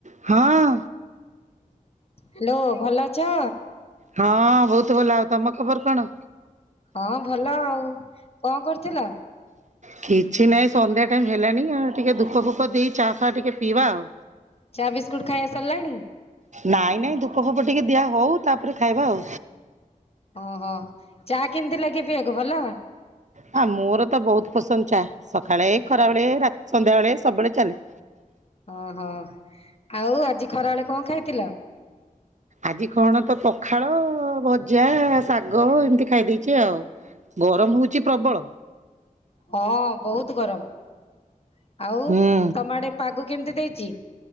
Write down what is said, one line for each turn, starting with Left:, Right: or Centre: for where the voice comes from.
Right: ହଁ
Left: ହାଲୋ ଭଲ ଅଛ?
Right: ହଁ ବହୁତ ଭଲ ଆଉ ତମ ଖବର କଣ?
Left: ହଁ ଭଲ ଆଉ କଣ କରୁଥିଲ?
Right: କିଛି ନାହିଁ ସନ୍ଧ୍ୟା ଟାଇମ୍ ହେଲାଣି ଆଉ ଟିକେ ଧୂପ ଫୁଫ ଦେଇ ଚାଫ ଫା ଟିକେ ପିଇବା ଆଉ।
Left: ଚା ବିସ୍କୁଟ ଖାଇବା ସରିଲାଣି?
Right: ନାଇଁ ନାଇଁ ଧୂପ ଫୁଫ ଟିକେ ଦିଆ ହଉ ତାପରେ ଖାଇବା ଆଉ
Left: ଓହୋ ଚା କେମିତି ଲାଗେ ପିଇବାକୁ ଭଲ?
Right: ହଁ ମୋର ତ ବହୁତ ପସନ୍ଦ ଚାହା ସକାଳେ ଖରାବେଳେ ସନ୍ଧ୍ୟାବେଳେ ସବୁବେଳେ ଚାଲେ।
Left: ଓହୋ ଆଉ ଆଜି ଖରା ବେଳେ କଣ ଖାଇଥିଲ?
Right: ଆଜି କଣ ତ ପଖାଳ ଭଜା ଶାଗ ଏମିତି ଖାଇ ଦେଇେଛ ଆଉ। ଗରମ ହଉଛି? ପ୍ରବଳ
Left: ହଁ ବହୁତ ଗରମ <unintelligible> ଆଉ
Right: ହୁଁ।
Left: ତମ ଆଡେ ପାଗ କେମିତି ଦେଇଛି?